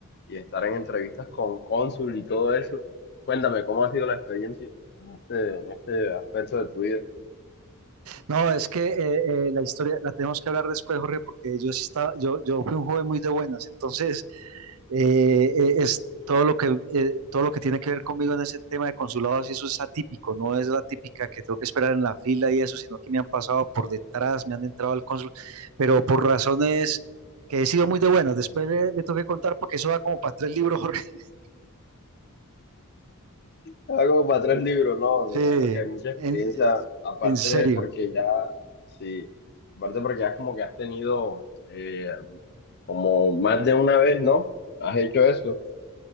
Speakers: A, on the left; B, on the right.
A: y estar en entrevistas con cónsul y todo eso, cuéntame, ¿cómo ha sido la experiencia en este, en este aspecto de tu vida?
B: No, es que eh, eh, la historia la tenemos que hablar después, Jorge, porque yo sí estaba, yo, yo fui un joven muy de buenas, entonces eh, eh, es todo lo que, eh, todo lo que tiene que ver conmigo en ese tema de consulados y eso es atípico, no es la típica que tengo que esperar en la fila y eso, sino que me han pasado por detrás, me han entrado al cónsul, pero por razones que he sido muy de buenas. Después le, le tengo que contar porque eso da como para tres libros, Jorge. <laughs>
A: Algo para tres libros, ¿no?
B: Sí,
A: Me imagino que hay mucha experiencia,
B: en, eh,
A: aparte
B: en serio.
A: porque ya, sí, aparte porque ya como que has tenido eh, como más de una vez, ¿no? ¿Has hecho eso?